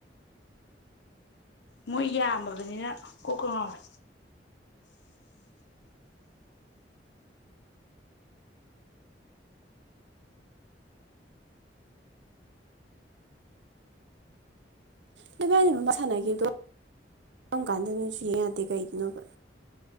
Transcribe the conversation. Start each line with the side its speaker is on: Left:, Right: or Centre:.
Left: ꯃꯣꯏ ꯌꯥꯝꯃꯕꯅꯤꯅ ꯀꯣꯛꯀ ꯉꯥꯎꯋꯦ
Right: ꯅꯣꯢꯕꯥꯟꯅꯤ ꯃ ꯁꯥꯟꯅꯈꯤꯕꯗꯣ ꯀꯔꯝ ꯀꯥꯟꯗꯅꯣꯁꯨ ꯌꯦꯡ ꯌꯥꯗꯦ ꯀꯩꯒꯤꯅꯣꯕ